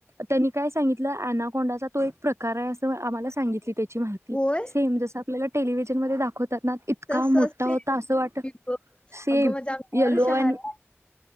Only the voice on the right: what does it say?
त्यांनी काय सांगितलं अनाकोंडाचा तो एक प्रकार आहे असं आम्हाला सांगितली त्यांनी. ची माहीती
सेम जस आपल्याला टेलिव्हिजन मध्ये दाखवात ना. इतका
मोठा
होता असं वाट
सेम
येलो
अँड